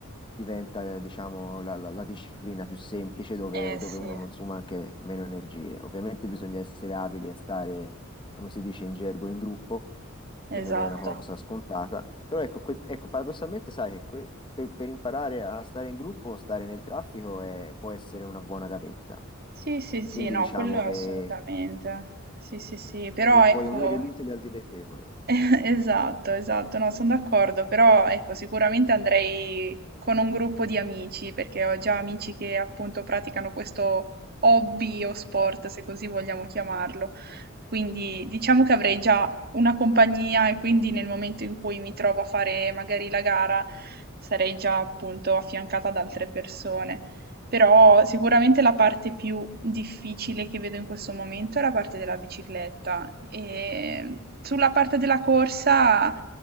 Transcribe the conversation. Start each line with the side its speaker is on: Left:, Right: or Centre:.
Left: diventa eh, diciamo, la, la- la disciplina più semplice dove,
Right: Eh
Left: dove
Right: sì,
Left: uno consuma anche meno energie. Ovviamente bisogna essere abili a stare, come si dice in gergo, in gruppo che
Right: esatto.
Left: non è una cosa scontata. Però ecco, que- ecco, paradossalmente, sai che que- per, per imparare a stare in gruppo, stare nel traffico è- può essere una buona gavetta.
Right: Sì, sì, sì,
Left: Quindi
Right: no,
Left: diciamo
Right: quello
Left: che,
Right: assolutamente. Sì, sì, sì, però
Left: che puoi
Right: ecco,
Left: unire l'utile al dilettevole.
Right: <laughs> esatto, esatto, no, sono d'accordo, però ecco, sicuramente andrei con un gruppo di amici, perché ho già amici che appunto praticano questo hobby o sport, se così vogliamo chiamarlo. Quindi diciamo che avrei già una compagnia e quindi nel momento in cui mi trovo a fare magari la gara sarei già appunto affiancata da altre persone. Però sicuramente la parte più difficile che vedo in questo momento è la parte della bicicletta. E sulla parte della corsa,